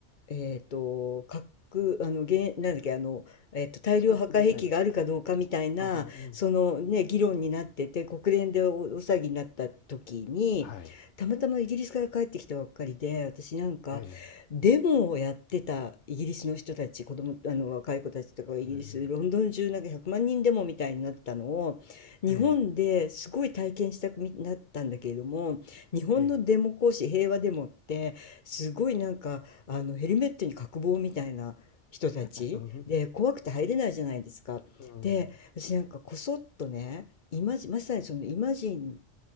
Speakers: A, on the left; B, on the left.
A: えーっと核あのげんなんだっけあの、えーっと大量破壊兵器があるかどうかみたいなそのね議論になってて国連でお、
B: スカットミサイル。ああ、うん。
A: お騒ぎになった時にたまたまイギリスから帰ってきたばっかりで私なんかデモをやってたイギリスの人たち、
B: はい。ええ、
A: 子供、あの若い子たちとかがイギリス、
B: ええ、
A: ロンドン中なんか100万人デモみたいになったのを、日本ですごい体験したくなったんだけれども、
B: ええ、
A: 日本のデモ行使、
B: ええ、
A: 平和デモって、すごいなんか、あのヘルメットに角棒みたいな人たちで、
B: うん、
A: 怖くて入れないじゃないですか。
B: うん、
A: で、私なんかこそっとね、イマジン、まさにそのイマジン